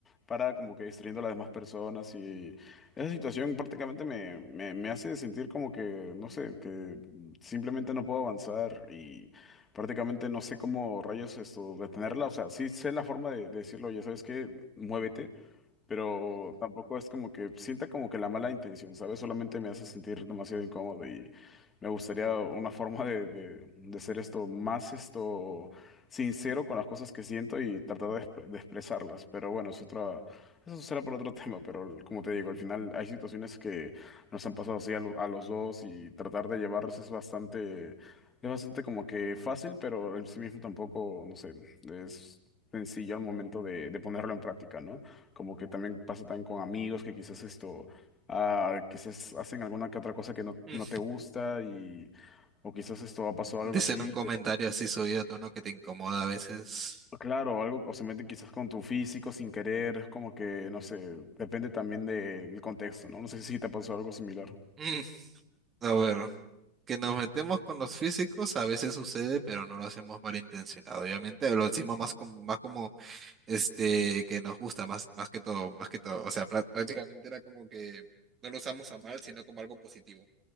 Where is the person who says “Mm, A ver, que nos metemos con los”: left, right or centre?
Right